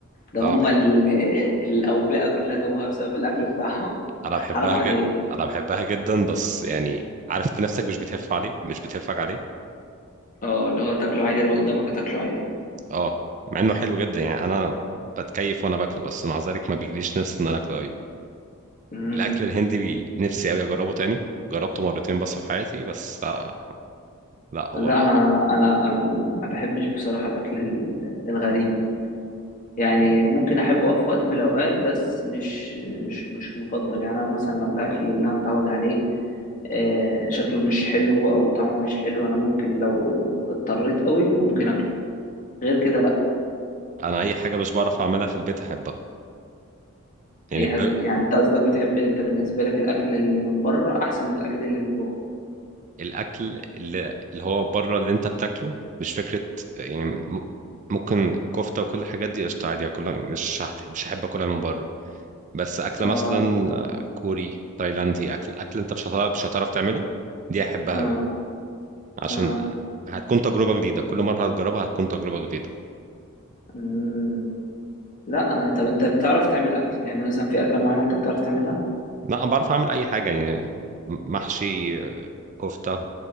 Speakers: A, on the left; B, on the right.
A: ده
B: لا
A: هم
B: أنا بحب...
A: ال... <laughs> الاوبئه كلها جابوها بسبب الاكل بتاعهم <laughs>
B: انا
A: حرام
B: بحبها
A: عليك
B: جدا انا بحبها جدا بس يعني عارف انت نفسك مش بتهف عليه مش بتهفك عليه
A: اه اللي هو تاكله عادي لو قدامك تاكله عادي
B: اه مع انه حلو جدا يعني انا بتكيف وانا باكله بس مع ذلك ما بيجيليش نفس ان انا اكله قوي
A: امم
B: الاكل الهندي بي... نفسي قوي اجربه تاني جربته مرتين بس في حياتي بس آه لا هو
A: لا
B: رائع
A: انا انا ما بحبش بصراحه الاكل ال- الغريب يعني ممكن احبه في وقت من الاوقات بس مش مش مش مفضل يعني انا مثلا لو الاكل اللي انا متعود عليه آه، شكله مش حلو او طعمه مش حلو انا ممكن لو اضطريت قوي ممكن اكله غير كده لا
B: انا اي حاجه مش بعرف اعملها في البيت احبها يعني
A: اي
B: ب...
A: حاجه يعني انت قصدك بتحب انت بالنسبه لك الاكل اللي من بره احسن من الاكل اللي من جوه
B: الاكل اللي... اللي هو بره اللي انت بتاكله مش فكره يعني م... ممكن كفته وكل الحاجات دي قشطه عادي اكلها مش هحت... مش هحب اكلها من بره بس اكله
A: اه
B: مثلا آه، كوري تايلاندي اكل اكل انت مش هتعرف مش هتعرف تعمله دي احبها
A: اه
B: قوي عشان
A: اه
B: هتكون تجربة جديدة كل مرة هتجربها هتكون تجربة جديدة
A: مم. لا انا طب انت بتعرف تعمل اكل يعني مثلا في اكله معينه انت بتعرف تعملها
B: لا أنا بعرف أعمل أي حاجة يعني محشي آه، كفتة